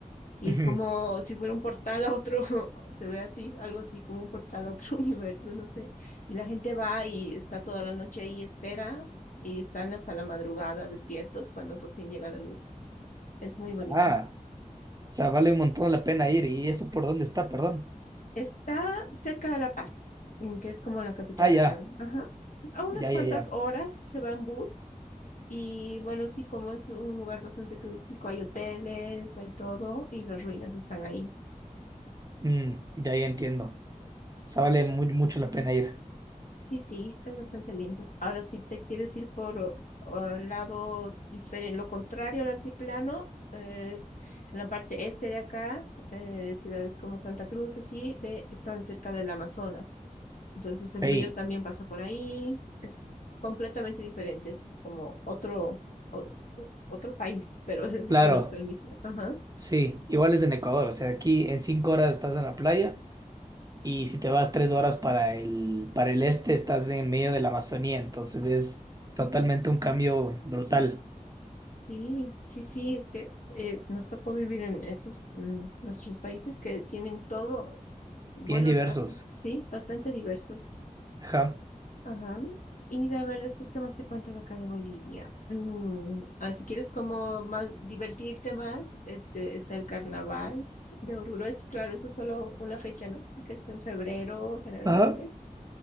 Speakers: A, on the left; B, on the right.
A: Y
B: Ujú.
A: es como si fuera un portal a otro, <laughs> se ve así, algo así como un portal a otro <laughs> universo, no sé. Y la gente va y está toda la noche ahí, espera, y están hasta la madrugada despiertos cuando por fin llega la luz. Es muy bonito.
B: Ah. sea, vale un montón la pena ir. ¿Y eso por dónde está? Perdón.
A: Está cerca de La Paz, mm, que es como la capital
B: Ah, ya,
A: de acá. ¿no? Ajá. A unas
B: ya,
A: cuantas
B: ya, ya.
A: horas se va en bus Y bueno, sí, como es un lugar bastante turístico, hay hoteles, hay todo y las ruinas están ahí.
B: Mm, ya, ya entiendo. O sea,
A: Sí,
B: vale muy, mucho la pena ir.
A: sí, sí, es bastante lindo. Ahora, si te quieres ir por el lado diferente, lo contrario al altiplano, eh, en la parte este de acá, eh, ciudades como Santa Cruz, así, ve, están cerca del Amazonas. Entonces el
B: Ahí,
A: río también pasa por ahí, es completamente diferente, es como otro, o- otro país, pero <laughs>
B: claro,
A: bueno, es el mismo. Ajá.
B: sí. Igual es en Ecuador. O sea, aquí en cinco horas estás en la playa y si te vas tres horas para el, para el este, estás en medio de la Amazonía. Entonces es totalmente un cambio brutal.
A: Sí, sí, sí, que eh, nos tocó vivir en estos mm, nuestros países que tienen todo, bueno,
B: Bien diversos.
A: aquí sí, bastante diversos.
B: Ajá.
A: Ajá. Y a ver, después, ¿qué más te cuentan acá de Bolivia? Mm, ah, si quieres como más, divertirte más, este, está el carnaval de Oruro. Es claro, eso es solo una fecha, ¿no? Que es en febrero generalmente,
B: Ajá.